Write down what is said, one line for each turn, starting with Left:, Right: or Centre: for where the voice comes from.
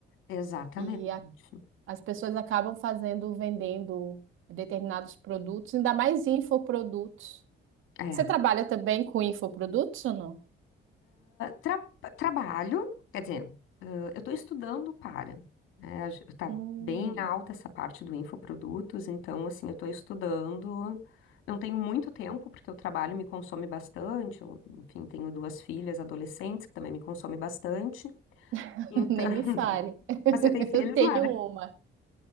Left: Exatamente.
Right: E a- as pessoas acabam fazendo, vendendo determinados produtos, ainda mais infoprodutos.
Left: É.
Right: Você trabalha também com infoprodutos ou não?
Left: Tra- trabalho, quer dizer, eh, eu estou estudando para, né? Está
Right: Hum,
Left: bem alta essa parte do infoprodutos, então, assim, eu estou estudando. Não tenho muito tempo, porque o trabalho me consome bastante. Eu, enfim, tenho duas filhas adolescentes que também me consomem bastante.
Right: <laughs>
Left: Então,
Right: nem
Left: <laughs>
Right: me fale. <laughs>
Left: você tem filhas,
Right: Eu tenho
Left: Mara?
Right: uma.